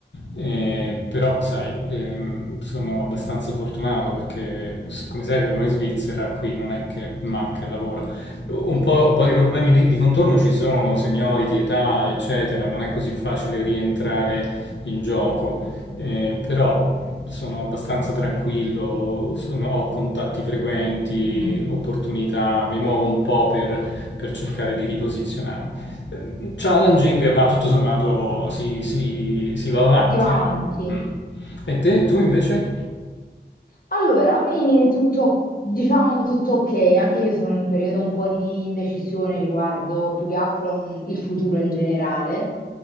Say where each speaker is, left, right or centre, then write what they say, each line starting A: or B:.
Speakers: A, on the left; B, on the left.
A: eh, però sai, ehm, sono abbastanza fortunato perché s- come sai vivo in Svizzera, qui non è che manca il lavoro. Un po', un po' di problemi di, di contorno ci sono, seniority, età, eccetera, non è così facile rientrare in gioco. Eh, però sono abbastanza tranquillo, sono- ho contatti frequenti,
B: mm,
A: opportunità, mi muovo un po' per, per cercare di riposizionarmi. Eh, Challenging, ma tutto sommato si, si- si va avanti.
B: si va
A: ecco.
B: avanti.
A: Mm. E te, tu invece?
B: Allora, a me tutto, diciamo tutto ok, anche io sono in un periodo un po' di indecisione riguardo più che altro mh, il futuro in generale.